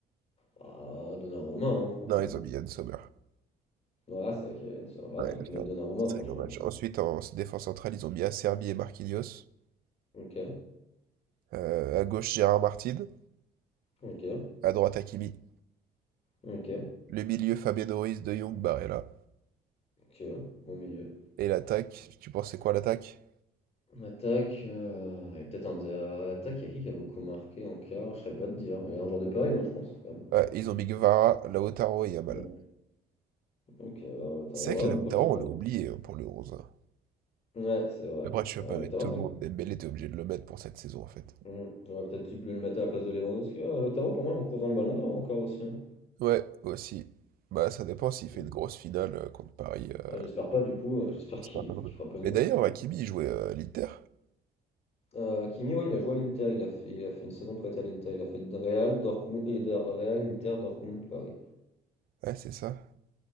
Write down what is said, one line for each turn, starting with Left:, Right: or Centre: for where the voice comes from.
Left: Ah, Donnarumma, hein, franchement.
Right: Non, ils ont mis Yann Sommer.
Left: Ah, c'est vrai qu'il y a une... Ah,
Right: Ouais,
Left: t'aurais
Right: la
Left: pu mettre
Right: merde.
Left: Donnarumma,
Right: très
Left: franchement,
Right: grand match.
Left: aussi.
Right: Ensuite, en défense centrale, ils ont mis Acerbi et Marquinhos.
Left: Ok,
Right: Euh, à gauche, Gérard Martin.
Left: ok,
Right: À droite, Hakimi.
Left: ok,
Right: Le milieu, Fabien Ruiz, De Jong, Barella.
Left: ok, bon milieu.
Right: Et l'attaque, tu penses c'est quoi l'attaque?
Left: Attaque, euh, et peut-être un... euh, attaque, il y a qui qui a beaucoup marqué en quart? Je serais pas de dire. Il y a un joueur de Paris, non, je pense, quand même.
Right: Ouais, ils ont mis Guevara, Lautaro et Yamal.
Left: Non. Ok, bah, Lautaro,
Right: C'est vrai que
Left: ouais,
Right: Lautaro,
Left: pas choquant.
Right: on l'a oublié hein, pour le 11. hein.
Left: Ouais, c'est vrai.
Right: Après, tu vas
Left: Ouais,
Right: pas
Left: Lautaro,
Right: mettre tout
Left: c'est
Right: le monde.
Left: vrai
Right: Dembélé, t'es obligé de le mettre pour cette saison, en fait.
Left: que- Hmm. J'aurais peut-être dû le mettre à la place de Lewandowski. Ah, Lautaro, pour moi, on court dans le ballon d'or encore aussi. hein.
Right: Ouais, aussi. Bah, ça dépend s'il
Left: Parce que-
Right: fait une grosse finale euh, contre Paris. euh,
Left: Ah, j'espère pas, du coup. euh, j'espère
Right: j'espère
Left: qu'il
Right: pas non plus.
Left: qu'il fera pas une
Right: Mais
Left: grosse
Right: d'ailleurs,
Left: une.
Right: Hakimi, il jouait euh, à l'Inter.
Left: Euh, Kimi, ouais, il a joué à l'Inter. Il a fait, il a fait une saison prête à l'Inter. Il a fait de Real, Dortmund, et de Real, Inter, Dortmund, Paris.
Right: Ouais, c'est ça.